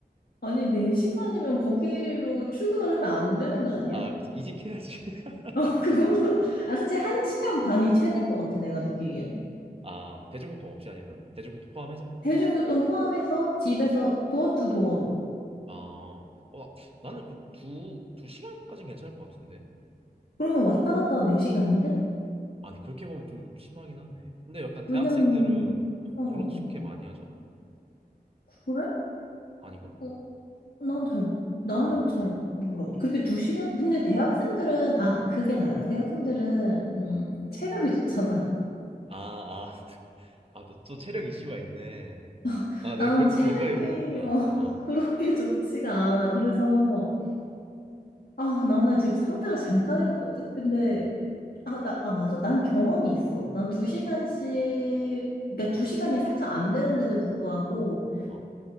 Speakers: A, on the left; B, on the right.
A: 아니, 네 시간이면 거기로 출근을 하면 안 되는 거 아니야?
B: 아,
A: <laughs>
B: 그치. 이직해야지. <laughs>
A: 어, 그거는, 아, 솔직히 한 시간 반이 최대인 것 같아, 내가 느끼기엔.
B: 아, 대중교통 없이 아니면 대중교통 포함해서?
A: 대중교통 포함해서 집에서
B: 한 시간.
A: 도어 투 도어로.
B: 아, 어, 나- 나는 그 두, 두 시간까지는 괜찮을 것 같은데.
A: 그러면 왔다 갔다 네 시간인데
B: 아니 그렇게 보면 좀 심하긴 하네. 근데 약간 대학생들은
A: 왜냐면, 어, 어,
B: 그렇게
A: 어.
B: 많이 하잖아.
A: 그래?
B: 아닌가?
A: 어, 난 잘, 나는
B: 어,
A: 잘 몰라. 그렇게
B: 어,
A: 두 시간? 근데 대학생들은, 아, 그게 달라. 대학생들은, 음,
B: 어.
A: 체력이 좋잖아.
B: 아, 아, 아, 또, 또 체력 이슈가 있네.
A: <laughs>
B: 아, 내가
A: 나는
B: 그걸 또
A: 체력이,
B: 간과해 버렸다.
A: 어, <laughs>
B: 어,
A: 그렇게 좋지가 않아. 그래서, 아, 나는 지금 상상을 잠깐 해봤거든? 근데,
B: 음,
A: 아, 나, 아, 맞아. 난 경험이 있어. 난 두 시간씩, 그러니까 두 시간이 살짝 안 되는데도 불구하고,
B: 어,